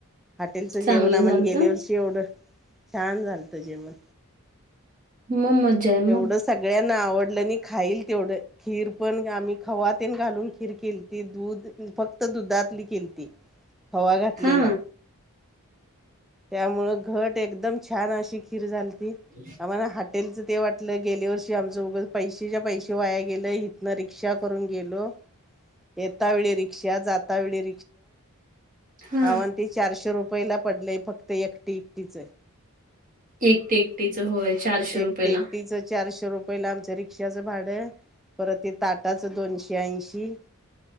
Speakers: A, in the centre; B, on the right.
A: हॉटेलचं जेवण
B: चांगलं
A: आमण
B: झालत
A: गेल्या वर्षी एवढं छान झालत जेवण.
B: मग मजा आहे मग.
A: एवढं सगळ्यांना आवडलं आणि खाईल तेवढं. खीर पण आम्ही खवा तेन घालून खीर केलती दूध फक्त दुधातली केलती.
B: <inaudible>
A: खवा घातलेला.
B: हा
A: त्यामुळे घट एकदम छान अशी खीर झालती.
B: <unintelligible>
A: आम्हाला हॉटेलचं ते वाटलं गेल्या वर्षी ती आमचं उगाच पैशाचं पैसे वाया गेलं इतना रिक्षा करून गेलो. येता वेळी रिक्षा जाता जाता वेळी
B: हा
A: आम्हाला ती चारशे रुपयेला पडलय फक्त एकटीचे.
B: एकटी एकटीच होय. चारशे रुपयाला
A: एकटी एकटीच चारशे रुपयेला आमच्या रिक्षाचं भाडं. परत ते ताटाचं दोनशे ऐंशी